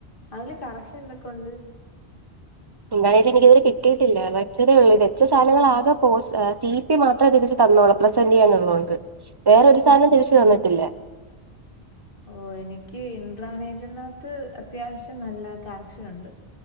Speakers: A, on the left (about 55°); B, on the right (about 25°).
A: അതില് കറശൻ എന്തൊക്കെ ഉണ്ട്
B: എന്തായാലും എനിക്ക് ഇത് വരെ കിട്ടിയിട്ടില്ല വച്ചതേ ഉള്ളൂ വെച്ച സധനങ്ങളൊക്കെ ആകെ പോസ് മാത്രമേ തിരിച്ചു തന്നോളൂ പ്രസെന്റ് ചെയ്യാനള്ളതോണ്ട് വേറൊരു സാധനവും തിരിച്ചു തന്നിട്ടില്ല
A: ഓ എനിക്ക് ഇൻട്രാനേറ്റിനകത്ത് അത്യാവശ്യം നല്ല കറക്ഷൻ ഉണ്ട്